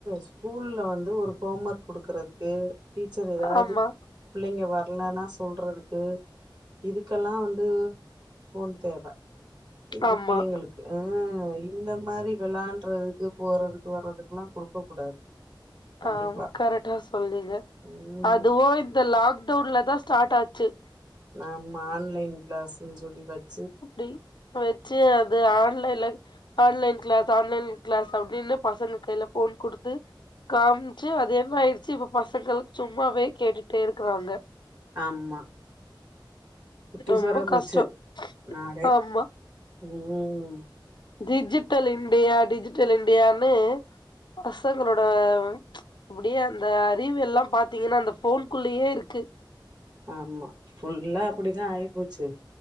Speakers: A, on the right; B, on the left.
A: ஸ்கூல்ல வந்து ஒரு ஹோம் ஒர்க் குடுக்குறதுக்கு டீச்சர் எதாவ்து
B: ஆமா
A: பிள்ளைங்க வர்லனா சொல்றதுக்கு இதுக் கெல்லா வந்து ஃபோன் தேவ இந்த
B: ஆமா
A: பிள்ளைங்களுக்கு உம் உம் இந்த மாரி வெளாண்றதுக்கு போறதுக்கு வர்றதுக்குலா குடுக்க கூடாது கண்டிப்பா
B: ஆஹ் கரெக்டா சொன்னீங்க
A: ம்
B: அதுவு இந்த லாக் டவுன்ல தா ஸ்டார்ட் ஆச்சு
A: நம்ம ஆன்லைன் கிளாஸுன் சொல்லி பட்
B: அப்டி வச்சு அது ஆன்லைன்ல ஆன்லைன் க்ளாஸ் ஆன்லைன் க்ளாஸ் அப்டின்னு பசங்க கைல ஃபோன் குடுத்து காம்ச்சு அது என்னாயிருச்சு இப்ப பசங்க சும்மாவே கேட்டுட்டே இருக்கிறாங்க
A: ஆமா குட்டிசோரா
B: ரொம்ப கஷ்ட
A: போச்சு நாடே
B: ஆமா
A: ம்
B: டிஜிட்டல் இண்டியா டிஜி ட்டல் இண்டியான்னு பசங்களோட அப்டியே அந்த அறிவெல்லா பாத்தீங்கனா அந்த ஃபோன்க்குள்ளயே இருக்கு
A: ஆமா ஃபுல்லா அப்டிதா ஆயிப்போச்சு